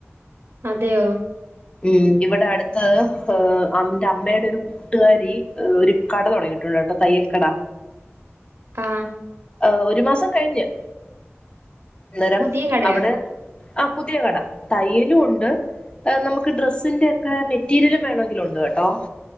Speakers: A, on the right (about 65°); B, on the left (about 25°).
A: അതെയോ
B: മ്മ് ഇവടെടത്ത് ൻ്റെമ്മടെ ഒരു കൂട്ടുകാരി ഒരു കട തൊടങ്ങിട്ടുണ്ട് കേട്ടോ തയ്യൽ കട
A: ആ
B: ആ ഒരു മാസം കഴിഞ്ഞ് അനേരം
A: പുതിയ കടയോ
B: അവിടെ ആ പുതിയ കട തയ്യലും ഉണ്ട് നമുക്ക് ഡ്രസ്സിന്റെ ഒക്കെ മെറ്റീരിയല വേണമെങ്കിലും ഉണ്ട് കേട്ടോ